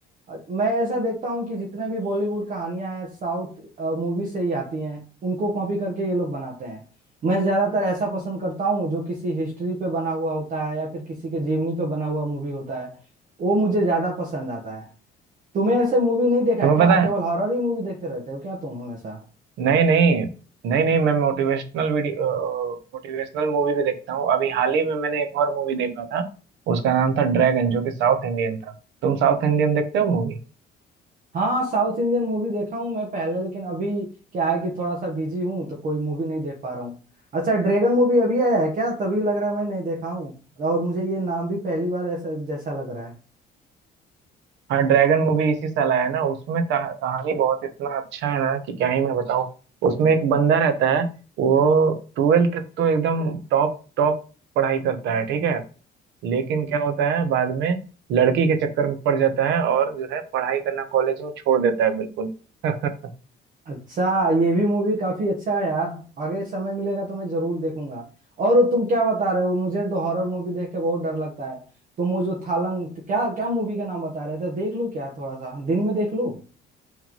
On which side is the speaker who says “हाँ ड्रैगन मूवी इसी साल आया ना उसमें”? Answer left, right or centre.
Right